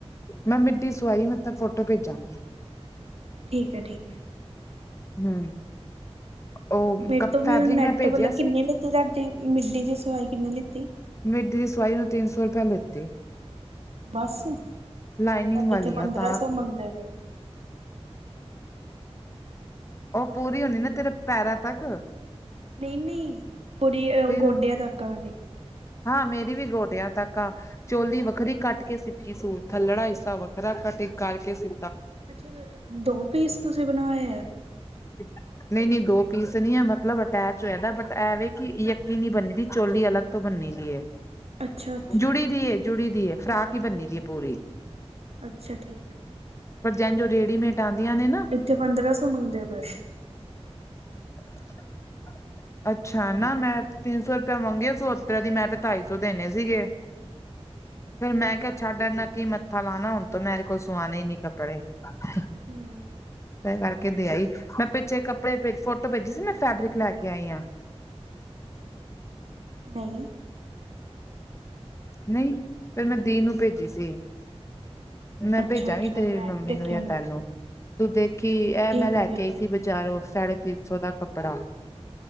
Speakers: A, on the left (about 25°); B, on the right (about 70°).
A: ਮੈਂ ਮਿੱਡੀ ਸੁਆਈ ਏ। ਮੈ ਤੇਨੰ ਫੋਟੋ ਭੇਜਾਂਗੀ।
B: ਠੀਕ ਐ-ਠੀਕ ਐ।
A: ਹੂੰ। ਉਹ
B: ਫੇਰ ਤੋਂ ਓ ਵੀ
A: ਫੈਬਰਿਕ
B: ਓ ਨੈੱਟ
A: ਮੈਂ ਭੇਜਿਆ
B: ਭਲਾ ਕਿੰਨੇ
A: ਸੀ
B: ਲੀਤੀ ਤਾਡੀ, ਮਿੱਡੀ ਦੀ ਸਵਾਈ ਕਿੰਨੀ ਲੀਤੀ।
A: ਮਿੱਡੀ ਦੀ ਸਵਾਈ ਓਨੇ ਤਿੰਨ ਸੌ ਰੁਪਿਆ ਲਿੱਤੀ
B: ਬਸ।
A: ਲਾਈਨਿੰਗ
B: ਸਾਡੇ
A: ਵਾਲੀ
B: ਤੇ ਪੰਦਰਾਂ
A: ਆ ਤਾਂ
B: ਸੌ ਮੰਗਦੇ ਪਏ।
A: ਓ ਪੂਰੀ ਹੋਨੀ ਨਾ ਤੇਰੇ ਪੈਰਾਂ ਤੱਕ।
B: ਨਈ-ਨਈ ਪੁੜੀ ਅ ਓ
A: ਫਿਰ
B: ਗੋਡਿਆਂ ਤੱਕ ਆ ਓਨ ਦੇ।
A: ਹਾਂ, ਮੇਰੀ ਵੀ ਗੋਡਿਆਂ ਤੱਕ ਆ। ਚੋਲੀ ਵੱਖਰੀ ਕਾੱਟ ਕੇ ਸੀਤੀ ਸੂ, ਥੱਲੜਾ ਹਿੱਸਾ ਵੱਖਰਾ ਕਟਿੰਗ ਕਾਰਕੇ ਸੀ
B: ਅੱਛਾ ਤੇ, ਦੋ ਪੀਸ ਤੂਸੀ ਬਨਵਾਏ ਐ?
A: <inaudible> ਨਈ-ਨਈ ਦੋ ਪੀਸ ਨੀ ਐ ਮਤਲਬ ਅਟੈਚ ਹੋਏਦੈ ਬਟ ਐਵੇ ਕਿ ਯੱਕੀ ਨੀ ਬੱਨੀ ਦੀ ਚੋਲੀ ਅਲੱਗ ਤੋ ਬੰਨੀ ਦੀ ਏ,
B: ਅੱਛਾ ਅੱਛਾ
A: ਜੁੜੀ ਦੀ ਏ, ਜੁੜੀ ਦੀ ਏ, ਫਰਾਕ ਈ ਬੰਨੀ ਦੀ ਏ ਪੂਰੀ।
B: ਅੱਛਾ, ਠੀਕ ਆ।
A: ਪਰ ਜੇਨ ਜੋ ਰੇਡੀਮੇਟ ਦਾਂਦੀਆਂ ਨੇ ਨਾ।
B: ਇੱਥੇ ਪੰਦਰਾਂ ਸੌ ਮੰਗਦੇ ਪਏ।
A: <inaudible> ਅੱਛਾ, ਨਾ ਮੈਂ ਤਿੰਨ ਸੌ ਰੁਪੇਆ ਮੰਗੇ ਸੁ, ਓਤੱਰੇ ਦੀ, ਮੈਂ ਤੇ ਢਾਈ ਸੌ ਦੇਨੇ ਸੀਗੇ। ਫੇਰ ਮੈਂ ਕੇਆ ਛਾੱਡ, ਏਦੇ ਨਾਲ ਕਿ ਮੱਥਾ ਲਾਨਾ ਹੁਨ ਤੋਂ ਮੈਂ ਏਦੇ ਕੋਲ ਸੁਆਨੇ ਈ ਨੀ ਕੱਪੜੇ। <unintelligible>
B: ਹੂੰ।
A: ਤੈ ਕਾਰਕੇ ਦੇ ਆਈ, ਮੈਂ ਪਿੱਛੇ ਕੱਪੜੇ <unintelligible> ਟੋ ਭੇਜੀ ਸੀ ਨਾ, ਫੈਬਰਿਕ ਲੈ ਕੇ ਆਈ ਆਂ?
B: ਨਈ।
A: ਨਈ, ਫੇਰ ਮੈਂ ਦੀ ਨੂੰ ਭੇਜੀ ਸੀ। ਮੈਂ
B: ਅੱਛਾ
A: ਭੇਜਾਂਗੀ,
B: ਅੱਛਾ
A: ਤੇਰੀ
B: ਮੈਂ
A: ਮੰਮੀ
B: ਨੀ ਦੇਖੇ
A: ਨੂੰ ਯਾ
B: ਹੁਣ
A: ਤੈਨੂੰ। ਤੂੰ ਦੇਖੀ, ਐ
B: ਠੀਕ
A: ਮੈਂ ਲੈ
B: ਹੈ
A: ਕੇ
B: ਠੀਕ
A: ਆਈ
B: ਹੈ।
A: ਸੀ ਬਜਾਰੋਂ ਸਾਡੇ ਤਿੰਨ ਸੌ ਦਾ ਕੱਪੜਾ।